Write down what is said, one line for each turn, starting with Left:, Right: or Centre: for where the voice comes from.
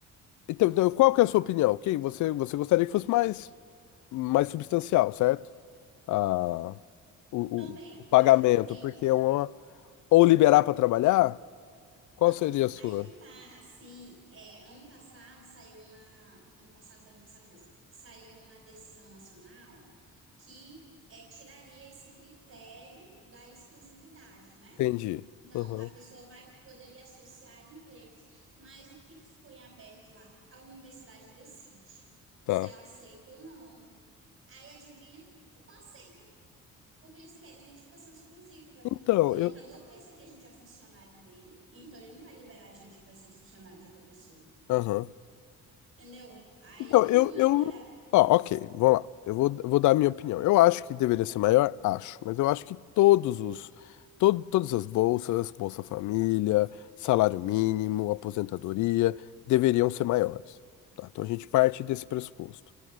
Left: Então, então, qual que é a sua opinião? Ok, você, você gostaria que fosse mais, mais substancial, certo? A o,
Right: Também,
Left: o o pagamento,
Right: mas tem.
Left: porque é uma... Ou liberar para trabalhar? Qual
Right: Não,
Left: seria a sua?
Right: aí que tá, assim. é, ano passado saiu uma, ano passado foi ano passado mesmo, saiu uma decisão nacional que é, tiraria esse critério da exclusividade, né?
Left: Entendi.
Right: Então,
Left: Aham,
Right: a pessoa vai poderia associar empregos, mas o que que ficou em aberto lá? A universidade decide
Left: tá.
Right: se ela aceita ou não. Aí adivinha? Não aceita porque eles querem identificação exclusiva.
Left: Então,
Right: O orientador
Left: eu.
Right: pensa que a gente é funcionário dele, então ele não vai liberar a gente para ser funcionário de outra pessoa.
Left: Aham.
Right: Entendeu? Aí
Left: Então,
Right: não,
Left: eu,
Right: não
Left: eu.
Right: libera.
Left: Ó, ok, vou lá. Eu vou, eu vou dar a minha opinião. Eu acho que deveria ser maior, acho, mas eu acho que todos os. Todo, todas as bolsas, Bolsa Família, salário mínimo, aposentadoria, deveriam ser maiores. Tá? Então a gente parte desse pressuposto.